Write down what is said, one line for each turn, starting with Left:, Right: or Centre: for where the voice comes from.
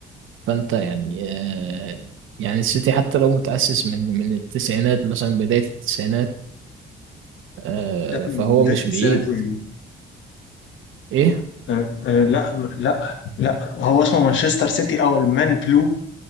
Right: فأنت يعني آه، يعني السيتي حتى لو متأسس من من التسعينات مثلا بداية التسعينات آه،
Left: يا ابني
Right: فهو
Left: بداية
Right: مش
Left: السنوات
Right: بعيد
Left: ايه؟
Right: إيه
Left: آه آه لا م- لا لا هو اسمه مانشستر سيتي او المان بلو